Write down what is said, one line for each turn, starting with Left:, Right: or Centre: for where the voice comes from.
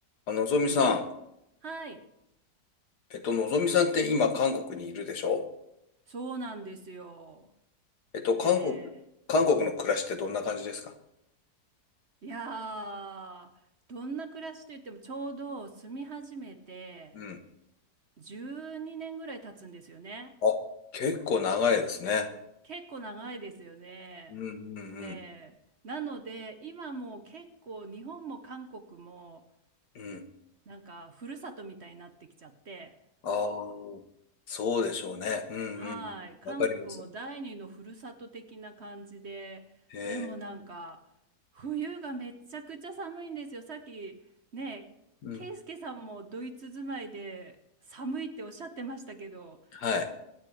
Left: あのぞみさん、
Right: はい、
Left: えっと、のぞみさんって今、韓国にいるでしょ
Right: そうなんですよ。
Left: えっと、韓国、
Right: ね
Left: 韓国の暮らしってどんな感じですか
Right: え。いやー、どんな暮らしといってもちょうど住み始めて
Left: うん。
Right: 12年ぐらい経つんですよね。
Left: あ、結構長いですね。
Right: 結構長いですよね。
Left: うんうんうん。
Right: ええ。なので、今もう結構日本も韓国も
Left: うん。
Right: なんかふるさとみたいになってきちゃって、
Left: ああ、そうでしょうね。うんうん。
Right: はい、韓国も第二のふるさと的な感じで、
Left: わかります。へえ。
Right: でもなんか冬がめちゃくちゃ寒いんですよ。さっきね、
Left: うん。
Right: ケイスケさんもドイツ住まいで寒いっておっしゃってましたけど、
Left: はい。